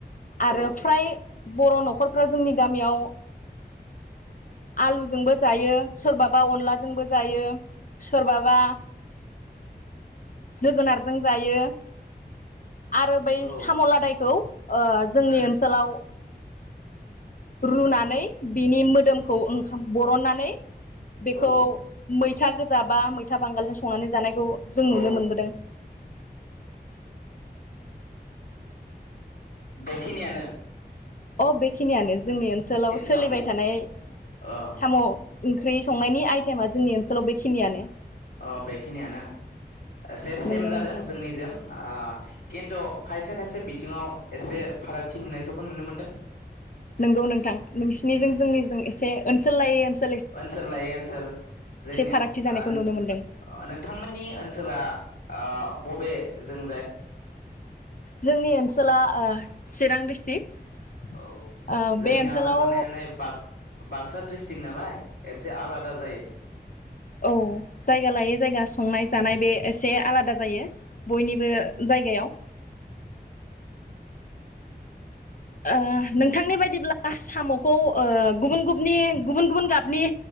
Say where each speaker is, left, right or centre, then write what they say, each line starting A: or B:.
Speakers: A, on the left; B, on the left.
A: औ
B: आरो फ्राय बर' न'खर फ्रा जोंनि गामियाव आलु जोंबो जायो सोरबाबा अनला जोंबो जायो सोरबाबा जोगोनारजों जायो। आरो बै
A: औ
B: साम' लादायखौ ओ जोंनि
A: उम
B: ओनसोलाव रुनानै बिनि मोदोमखौ ओं बरननानै बेखौ
A: औ
B: मैथा गोजा बा मैथा बांगालजों संनानै जानायखौ जों नुनो
A: औ
B: मोनबोदों।
A: बे खिनियानो।
B: अ बे खिनियानो जोंनि ओनसोलाव सोलिबाय
A: साम' ओ
B: थानाय
A: ओ
B: साम' ओंख्रि संनायनि आइटेमा जोंनि ओनसोलाव बेखिनियानो।
A: अ बेखिनियानो एसे सेम
B: नंगौ
A: जादों
B: नोंथां
A: जोंनि जों ओ खिन्थु खायसे खायसे बिथिङाव एसे फारागथि नुनाय खौबो नुनो मोनदों।
B: नोंगौ नोंथां नोंसिनिजों
A: उम
B: जोंनिजों एसे ओनसोल लायै ओसोल
A: ओनसोल लायै ओनसोल जोंनिया
B: फारागथि जानायखौ
A: आन
B: नुनो मोनदों
A: आन नोंथांमोननि ओनसोला। बबे जोंजाय
B: जोंनि ओनसोला ओ चिरां डिस्ट्रिक्ट
A: औ
B: ओ
A: जोंनिया
B: बे ओनसोलाव
A: आरो माने नै बा बाक्सा डिस्ट्रिक नालाय एसे आलादा जायो
B: औ जायगा लायै जायगा संनाय जानाय बे एसे
A: उम
B: आलादा जायो बयनिबो जायगायाव
A: <inaudible>
B: ओ नोंथांनि बायदिब्ला साम'खौ गुबुन गुबनि गुबुन गुबुन गाबनि